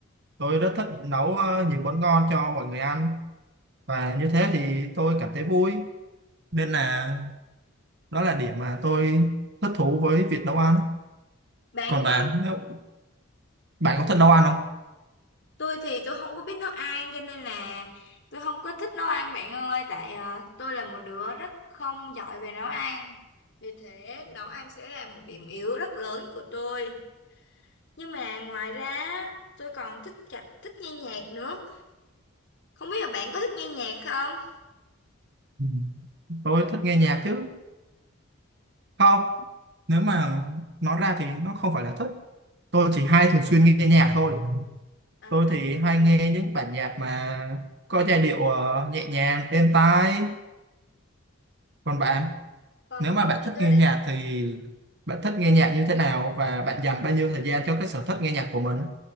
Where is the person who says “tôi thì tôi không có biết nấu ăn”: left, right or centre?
Left